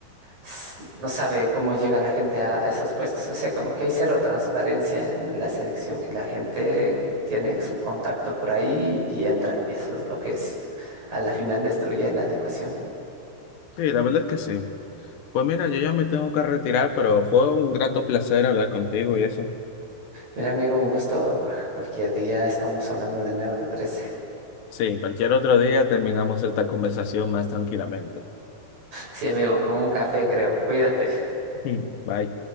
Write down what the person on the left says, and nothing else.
Sí, la verdad es que sí. Pues mira, yo ya me tengo que retirar, pero fue un grato placer hablar contigo y eso.
Sí, cualquier otro día terminamos esta conversación más tranquilamente.
<laughs> Bye.